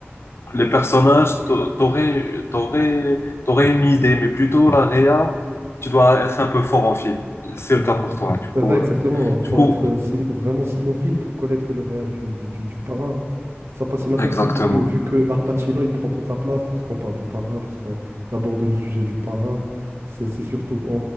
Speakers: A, on the left; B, on the right.
A: les personnages, t'a- t'aurais, t'aurais, t'aurais une idée, mais plutôt la réa, tu dois être un peu fort en film. C'est
B: Eh
A: le
B: ben,
A: cas pour toi. Du
B: c'est
A: coup,
B: vrai, exactement.
A: euh,
B: Faut
A: du coup,
B: être euh, cin- vraiment cinéphile pour connaître le réel du, du, du- du Parrain. Ça passe inaperçu
A: exactement.
B: vu que, vu que Al Pacino, il prend toute la place lorsqu'on parle du Parrain, lorsqu'on aborde le sujet du Parrain. C'est c'est surtout, on,